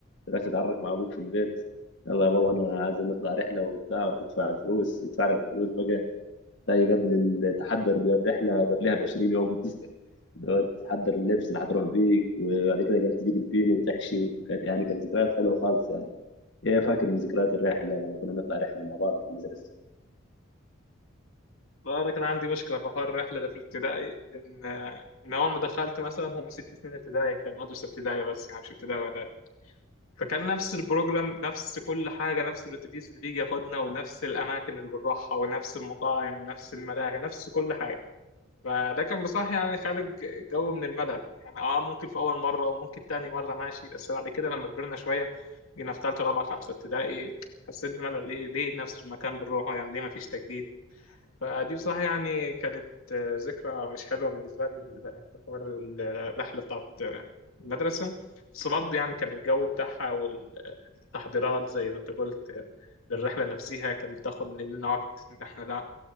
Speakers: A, on the left (about 55°); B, on the left (about 85°).
A: رحت تتعرف مع أبوك في البيت يلا يا بابا أنا عايز نطلع رحلة وبتاع وتدفع الفلوس يدفع لك الفلوس بقى تلاقي قبل التحضر للرحلة قبلها ب 20 يوم مثلا اللي هو <laughs> تحضر اللبس اللي هتروح بيه وبعد كده قال تجيب البينو وتحشي وكانت يعني كانت ذكريات حلوة خالص يعني إيه فاكر من ذكريات الرحلة لما كنا نطلع رحلة مع بعض في المدرسة
B: فأنا كان عندي مشكلة في حوار الرحلة ده في الابتدائي إن آه، من أول ما دخلت مثلا هم ست سنين ابتدائي كان مدرسة ابتدائية بس يعني مش ابتدائي فكان نفس البروجرام نفس كل حاجة نفس الأتوبيس اللي بيجي ياخدنا ونفس الأماكن اللي بنروحها ونفس المطاعم ونفس الملاهي نفس كل حاجة فده كان بصراحة يعني خالق جو من الملل يعني اه ممكن في أول مرة وممكن تاني مرة ماشي بس بعد كده لما كبرنا شوية جينا في تالتة رابعة خمسة ابتدائي حسيت بملل ليه ليه نفس المكان بنروحه يعني ليه مفيش تجديد فدي بصراحة يعني كانت آه، ذكرى مش حلوة بالنسبة لي ال- حوار ال- الرحلة بتاعت آه، المدرسة بس برضه يعني كان الجو بتاعها والتحضيرات زي ما انت قلت آه، للرحلة نفسها كان بتاخد مننا وقت ان احنا لا